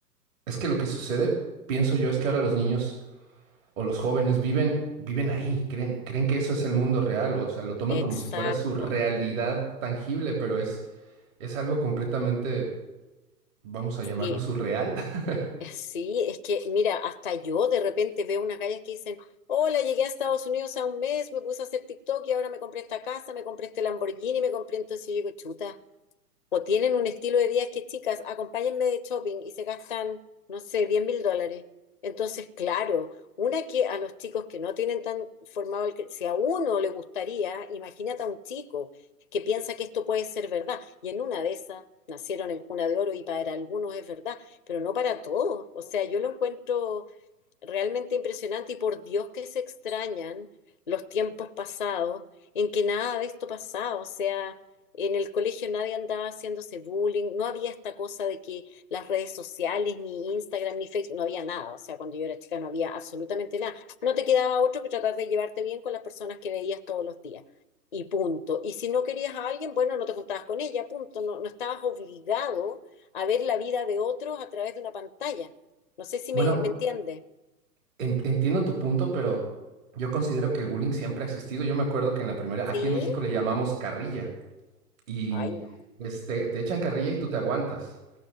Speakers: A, on the right (about 50°); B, on the left (about 35°).
A: Es que lo que sucede, pienso yo, es que ahora los niños o los jóvenes viven, viven ahí, creen, creen que eso es el mundo real, o sea, lo toman
B: Exacto.
A: como si fuera su realidad tangible, pero es, es algo completamente, vamos a llamarlo
B: Sí,
A: surreal. <laughs>
B: eh, sí, es que, mira, hasta yo de repente veo unas gallas que dicen, hola, llegué a Estados Unidos a un mes, me puse a hacer TikTok y ahora me compré esta casa, me compré este Lamborghini, me compré, entonces yo digo, chuta, o tienen un estilo de vida es que, chicas, acompáñenme de shopping y se gastan, no sé, diez mil dólares. Entonces, claro, una que a los chicos que no tienen tan formado el... cre- Si a uno le gustaría, imagínate a un chico que piensa que esto puede ser verdad. Y en una de esas nacieron en cuna de oro y para algunos es verdad, pero no para todos. O sea, yo lo encuentro realmente impresionante y por Dios que se extrañan los tiempos pasados en que nada de esto pasaba, o sea, en el colegio nadie andaba haciéndose bullying, no había esta cosa de que las redes sociales, ni Instagram, ni Facebook, no había nada, o sea, cuando yo era chica no había absolutamente nada. No te quedaba otro que tratar de llevarte bien con las personas que veías todos los días. Y punto. Y si no querías a alguien, bueno, no te juntabas con ella, punto. No, no estabas obligado a ver la vida de otros a través de una pantalla. No sé si
A: Bueno,
B: me, me entiendes.
A: en- entiendo tu punto, pero yo considero que el bullying siempre ha existido. Yo me acuerdo que en la primera,
B: ¿Sí?
A: aquí en México le llamamos carrilla y
B: Ay, no,
A: este, te echan carrilla y tú te aguantas.